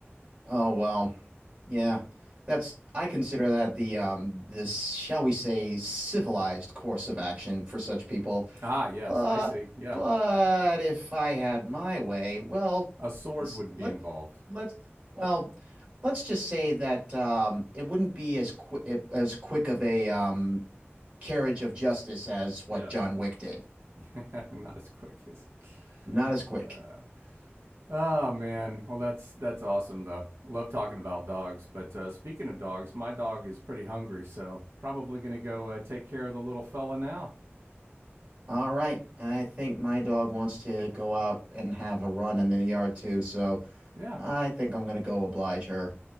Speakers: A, on the right (about 35°); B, on the right (about 75°).
A: oh well. Yeah, that's I consider that the um this shall we say civilized course of action for such people.
B: Ah, yes,
A: But
B: I see. Yeah,
A: but if I had my way, well,
B: a sword
A: let's
B: would be
A: let
B: involved.
A: let's well, let's just say that um it wouldn't be as quick as quick of a um carriage of justice as what
B: Yes,
A: John Wick did.
B: <laughs> not as quick as.
A: Not as quick.
B: Uh, Oh man, well that's that's awesome though. Love talking about dogs. But uh, speaking of dogs, my dog is pretty hungry, so probably gonna go uh, take care of the little fella now.
A: All right, I think my dog wants to go out and have a run in the yard too, so
B: Yeah,
A: I think I'm gonna go oblige her.